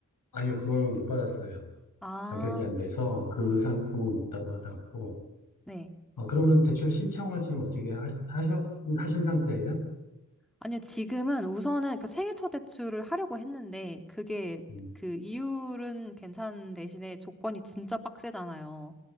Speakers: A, on the left; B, in the centre.
A: 아니요, 그거는 못 받았어요.
B: 아,
A: 자격이 안 돼서 그 상품은 못 받았고.
B: 네.
A: 아, 그러면 대출 신청을 지금 어떻게 하시, 하셔, 하신 상태예요?
B: 아니요, 지금은 우선은 그 생애 첫 대출을 하려고 했는데 그게
A: 음.
B: 그 이율은 괜찮은 대신에 조건이 진짜 빡세잖아요.